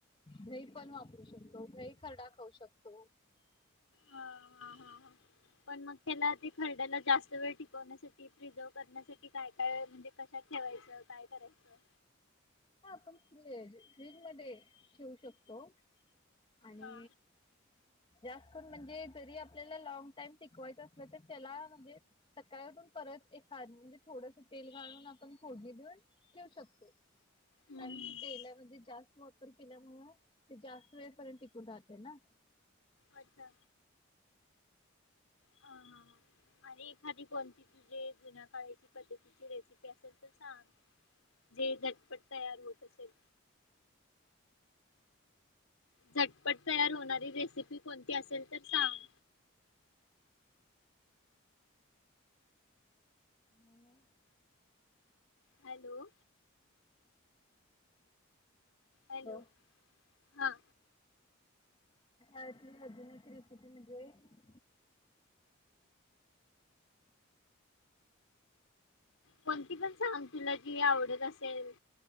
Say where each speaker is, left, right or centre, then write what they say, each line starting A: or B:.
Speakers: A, on the left; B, on the left.
A: घही पण वापरू शकतो घही खरडा खाऊ शकतो <inaudible>
B: हा हा हा हा पण मग त्याला ते खरड्याला जास्त वेळ टिकवण्यासाठी प्रिझर्व करण्यासाठी काय काय म्हणजे कशात ठेवायचं काय करायचं
A: हा आपण फ फ्रीज मध्ये ठेवऊ शकतो आणि
B: हा
A: जास्त म्हणजे जरी आपल्याला लॉंग टाइम शिकवायचं असलं तर त्याला म्हणजे सकाळी उठून परत एखाद म्हणजे थोडंस तेल घाळून आपण फोडणी देऊन ठेवू शकतो
B: हम्म
A: कारण की तेला म्हणजे जास्त वार केल्यामुळे ते जास्त वेळपर्यंत टिकून राहत ना
B: अच्छा ह आणि एखादी कोणती तुझे जुन्या काळाची पद्धतीची रेसिपी असेल तर सांग जे झटपट तयार होत असेल झटपट तयार होणारी रेसिपी कोणती असेल तर सांग
A: ह ना
B: हॅलो हॅलो
A: हो.
B: हां
A: आतली अजून एक रेसिटी म्हणजे
B: कोणती पण सांग तुला जी आवडत असेल